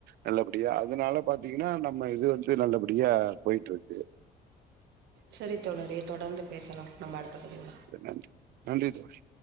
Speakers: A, on the right; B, on the right.
A: நல்லபடியா அதனால பாத்தீங்கன்னா நம்ம இது வந்து நல்லபடியா போய்ட்டுருக்கு
B: செரி தோழரே தொடந்து பேசலா நம்ம அடுத்த பதிவு
A: நன்றி நன்றி தோழி